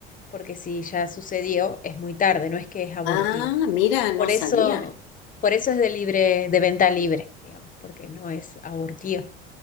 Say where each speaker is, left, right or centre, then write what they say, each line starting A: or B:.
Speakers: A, on the left; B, on the left.
A: porque si ya sucedió, es muy tarde, no es que es abortiva.
B: Ah, mira, no
A: Por
B: sabía.
A: eso, por eso es de libre, de venta libre, digamos, porque no es abortiva.